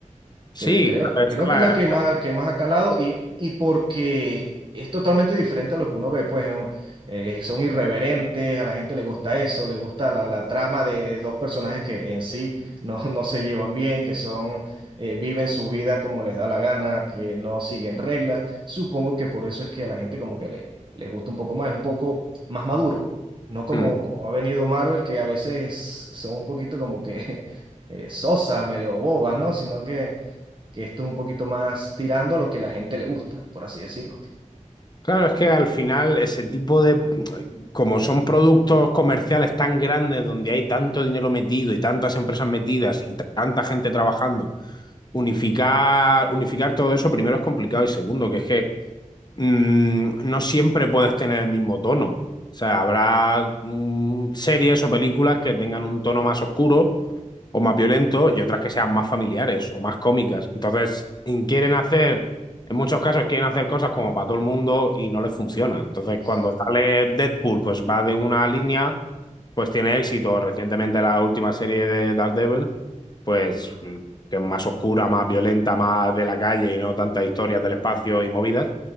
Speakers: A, on the left; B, on the right.
A: Sí,
B: Cre- Creo,
A: a ver,
B: creo
A: es la-
B: que es la que más, que más ha calado y, y porque es totalmente diferente a lo que uno ve, pues un- eh, son irreverentes, a la gente le gusta eso, le gusta la, la trama de, de dos personajes que en sí no, <laughs> no se llevan bien, que son, eh, viven su vida como les da la gana, que no siguen reglas. Supongo que por eso es que a la gente como que le, les gusta un poco más, es un poco más maduro, no como,
A: Mm.
B: como ha venido Marvel, que a veces son un poquito como que... <laughs> eh, sosas, medio bobas, ¿no? Sino que que esto es un poquito más tirando a lo que la gente le gusta, por así decirlo.
A: Claro, es que al final ese tipo de, como son productos comerciales tan grandes donde hay tanto dinero metido y tantas empresas metidas y tanta gente trabajando, unificar, unificar todo eso primero es complicado y segundo, que es que mm, no siempre puedes tener el mismo tono. O sea, habrá mm, series o películas que tengan un tono más oscuro o más violentos y otras que sean más familiares o más cómicas. Entonces, quieren hacer, en muchos casos quieren hacer cosas como para todo el mundo y no les funciona. Entonces,
B: Sí, sí.
A: cuando sale Deadpool, pues va de una línea, pues tiene éxito. Recientemente la última serie de Daredevil, pues
B: Ajá.
A: mm, que es más oscura, más violenta, más de la calle y no tantas historias del espacio y movidas.